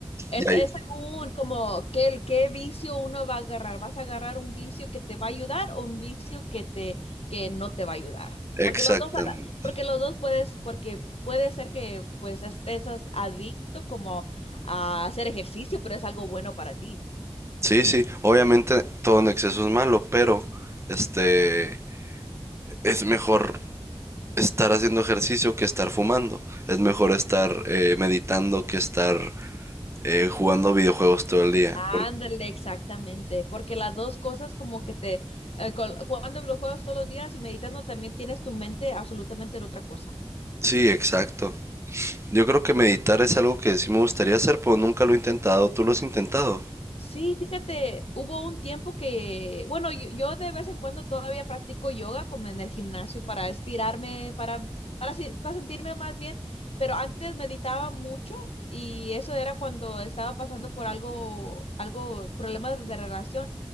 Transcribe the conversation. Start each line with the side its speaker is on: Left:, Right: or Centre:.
Left: Es,
Right: Y hay,
Left: es según como qué, el- qué vicio uno va a agarrar. ¿Vas a agarrar un vicio que te va a ayudar o un vicio que te que no te va a ayudar?
Right: exactamente.
Left: Porque los dos, porque los dos puedes, porque puede ser que pues estés as- adicto como a hacer ejercicio, pero es algo bueno para ti.
Right: Sí, sí, obviamente todo en exceso es malo, pero este es mejor estar haciendo ejercicio que estar fumando. Es mejor estar eh, meditando que estar eh, jugando videojuegos todo el día. Por-
Left: Ándale, exactamente, porque las dos cosas como que te, eh, col- jugando videojuegos todos los días y meditando también tienes tu mente absolutamente en otra cosa.
Right: Sí, exacto. Yo creo que meditar es algo que sí me gustaría hacer, pero nunca lo he intentado. ¿Tú lo has intentado?
Left: Sí, fíjate, hubo un tiempo que, bueno, yo, yo de vez en cuando todavía practico yoga como en el gimnasio para estirarme, para, para, se- para sentirme más bien, pero antes meditaba mucho y eso era cuando estaba pasando por algo, algo, problemas de relación